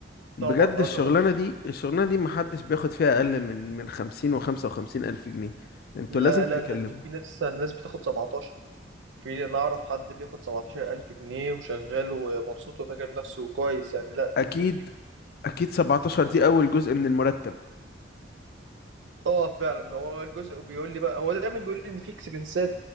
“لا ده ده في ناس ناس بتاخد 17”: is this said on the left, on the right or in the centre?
Right